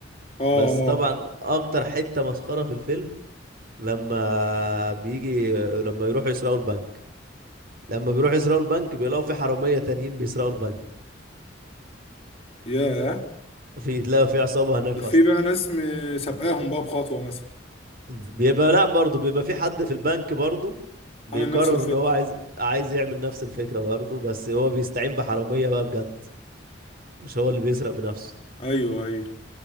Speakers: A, on the left (about 30°); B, on the right (about 50°).
A: اه اه
B: بس طبعا اكتر حتة مسخرة في الفيلم لما بيجي لما يروحوا يسرقوا البنك لما بيروحوا يسرقوا البنك بيلاقوا في حرامية تانيين بيسرقوا البنك
A: ياه
B: في تلاقوا في عصابة هناك
A: ده في
B: أصلا
A: بقى ناس م- سابقاهم بقى بخطوه مثلا
B: بيبقى لا برضه بيبقى في حد في البنك برضه بيقرر
A: عامل نفس الخط
B: إن هو عايز عايز يعمل نفس الفكرة برضه بس هو بيستعين بحرامية بقى بجد مش هو اللي بيسرق بنفسه
A: ايوه ايوه